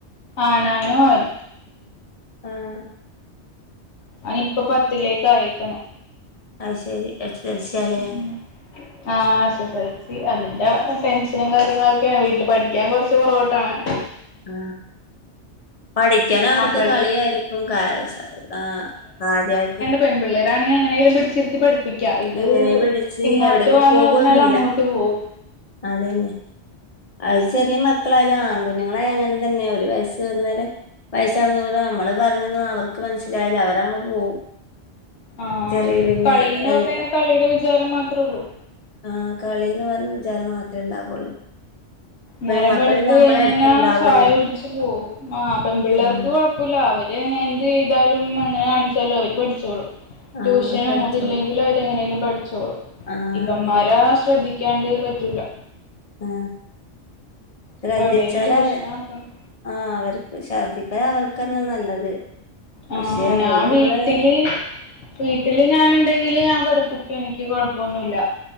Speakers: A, on the left; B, on the left.
A: ആനാനും അവന
B: ആഹ്
A: അവനിപ്പം പത്തിലേക്ക് അയേക്കണ്
B: അയ്ശരി എസ് എൽ സി ആല്ലേ
A: ഉം ആഹ് എസ് എസ് എൽ സി അതിന്റെ ടെൻഷനും കാര്യങ്ങളൊക്കെയാണ് വീട്ടിൽ പഠിക്കാൻ കുറച്ച് പുറകോട്ടാണ്
B: ആ പഠി ഠിക്കാനവർക്ക്
A: ആമ്പിള്ളേ
B: കളിയായിരിക്കും ആ കാര്യായിട്ട്
A: പെൺ പിള്ളേരാണെങ്കി എങ്ങനെയെലും പിടിച്ചിരുത്തി പഠിപ്പിക്ക് ഠിപ്പിക്കാം ഇത്
B: എങ്ങനെ പിടിച്ച്
A: ഇങ്ങോട്ട്
B: എവിടേക്ക്
A: വാന്ന്
B: പോകൊന്നുല്ല
A: പറഞ്ഞാൽ അങ്ങോട്ട് പോവും
B: അതന്നെ അത് ചെറിയ മക്കളായാലും ആൺകുഞ്ഞുങ്ങളായ അങ്ങനെ തന്നെ ഒരു വയസ്സ് ആവ്ന്നേരെ വൈസാകുന്നോടെ നമ്മള് പറഞ്ഞൊന്നും അവർക്ക് മനസ്സിലാവില്ല അവരങ്ങ് പോവും
A: ആ
B: ചെറിയ
A: അത്
B: പിന്നെ
A: കളിന്ന്
B: എൽ
A: പറഞ്ഞഴിഞ്ഞാൽ കളീടെ വിചാരം മാത്രേള്ളൂ
B: ആ കളിന്ന് പറഞ്ഞ വിചാരം മാത്രെ ഉണ്ടാവുള്ളൂ
A: നേരം
B: പെൺമക്കള്
A: വെളുത്ത്
B: നമ്മളെ
A: കഴിഞ്ഞാ
B: അടുത്തുണ്ടാവല്ലോ
A: ചായകുടിച്ച് പോവും ആ പെൺ പിള്ളേർക്ക്
B: ആഹ്
A: കൊഴപ്പ അപ്പല്ല അവര് എന്ത് ചെയ്താലും എങ്ങനെ കാണിച്ചാലും അവര് പഠിച്ചോളും
B: ആഹ്
A: ട്യൂഷനും
B: പഠിച്ചോളും
A: അതില്ലെങ്കിലും അവരെങ്ങനെങ്കിലും പഠിച്ചോളും
B: ആഹ്
A: ഇവന്മാരാ
B: അതെ
A: ശ്രദ്ധിക്ക ക്കാണ്ട് പറ്റൂല്ല
B: ആ ശ്രദ്ധിച്ചാലവര്
A: അപ്പൊ എവിടെലും ട്യൂഷനാക്കണം
B: ആ അവർക്ക് ശ്രദ്ധിച്ച അവർക്കെന്നെ നല്ലത്
A: ആ
B: പക്ഷെ അവരോട്
A: ഞാൻ
B: നമ്മള്
A: വീട്ടില് വീട്ടില് ഞാനുണ്ടെങ്കില് ഞാൻ പഠിപ്പിക്കും എനിക്ക് കൊഴപ്പൊന്നുല്ല